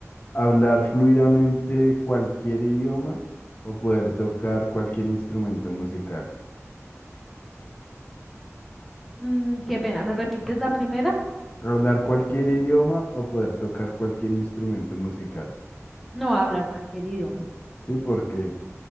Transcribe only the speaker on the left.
¿Hablar fluidamente cualquier idioma o poder tocar cualquier instrumento musical?
¿Hablar cualquier idioma o poder tocar cualquier instrumento musical?
Sí, porque,